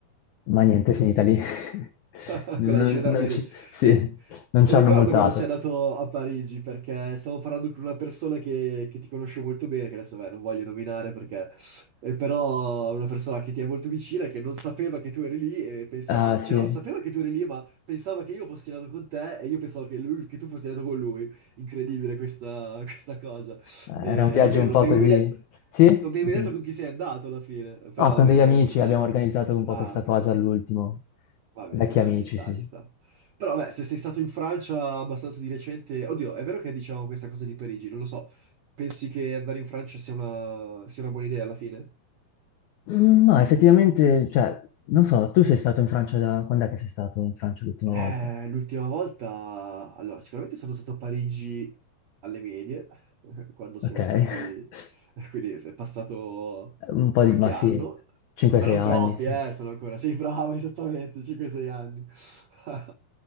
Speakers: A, on the left; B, on the right.
A: ma niente, è finita lì. <laughs>
B: <laughs>
A: Non,
B: con la gendarmerie.
A: non ci sì,
B: Ri-
A: non ci
B: Ricordo
A: hanno multato.
B: quando sei andato a Parigi perché stavo parlando con una persona che, che ti conosce molto bene, che adesso beh, non voglio nominare perché, eh, però una persona che ti è molto vicina e che non sapeva che tu eri lì e pensava,
A: Ah, sì.
B: cioè no, sapeva che tu eri lì ma pensava che io fossi andato con te e io pensavo che, lui, che tu fossi andato con lui. Incredibile questa, <laughs> questa cosa.
A: Eh,
B: E
A: Era un viaggio
B: alla fine
A: un
B: non
A: po'
B: mi hai
A: così.
B: mai detto,
A: Sì?
B: non mi hai mai detto
A: Mm.
B: con chi sei andato alla fine, però
A: No, con
B: vabbè,
A: degli
B: va
A: amici
B: bene lo stesso.
A: abbiamo organizzato un
B: Ah,
A: po' questa
B: ok.
A: cosa all'ultimo.
B: Va
A: Vecchi
B: bene, dai,
A: amici,
B: ci sta,
A: sì.
B: ci sta. Però, beh, se sei stato in Francia abbastanza di recente, oddio, è vero che diciamo questa cosa di Parigi, non lo so. Pensi che andare in Francia sia una, sia una buona idea alla fine?
A: Mm, No, effettivamente, cioè, non so, tu sei stato in Francia da... Quando è che sei stato in Francia l'ultima
B: Eh,
A: volta?
B: l'ultima volta, allora, sicuramente sono stato a Parigi alle medie, <laughs> quando siamo
A: Ok. <laughs>
B: andati, <laughs> quindi è passato
A: Un po'
B: qualche
A: di... ma
B: anno,
A: sì, 5-6
B: ma non
A: anni,
B: troppi,
A: sì.
B: eh, sono ancora, sei bravo, <laughs> esattamente, 5-6 anni. <laughs>